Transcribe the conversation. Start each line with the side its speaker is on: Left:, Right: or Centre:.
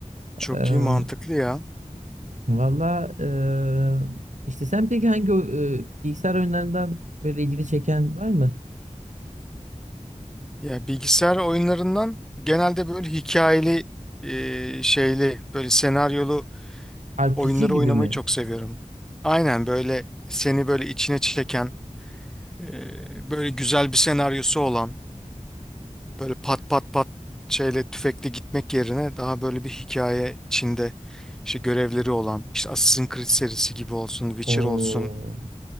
Centre: Çok
Right: Eee
Centre: iyi. Mantıklı ya.
Right: valla eee, işte sen peki hangi o- eee, bilgisayar oyunlarından böyle ilgini çeken var mı?
Centre: Ya bilgisayar oyunlarından genelde böyle hikayeli e, şeyli böyle senaryolu
Right: RPG
Centre: oyunları
Right: gibi
Centre: oynamayı
Right: mi?
Centre: çok seviyorum. Aynen böyle seni böyle içine çeken e, böyle güzel bir senaryosu olan böyle pat pat pat şeyle tüfekle gitmek yerine daha böyle bir hikaye içinde işte görevleri olan işte Assassin's Creed serisi gibi olsun, Witcher
Right: O
Centre: olsun